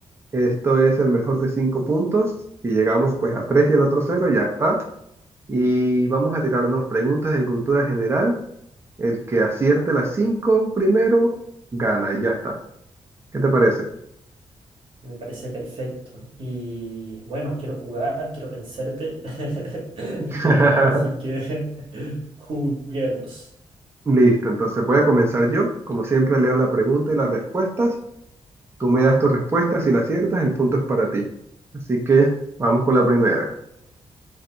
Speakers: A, on the right; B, on the right.
A: esto es el mejor de cinco puntos. Si llegamos pues a tres y el otro cero, ya está. Y vamos a tirarnos preguntas de cultura general. El que acierte las cinco primero, gana y ya está. ¿Qué te parece?
B: Me parece perfecto. Y bueno, quiero jugar, quiero vencerte. <laughs>
A: <laughs>
B: Así que <laughs> juguemos.
A: Listo, entonces voy a comenzar yo. Como siempre, leo la pregunta y las respuestas. Tú me das tus respuestas, si la aciertas, el punto es para ti. Así que vamos con la primera.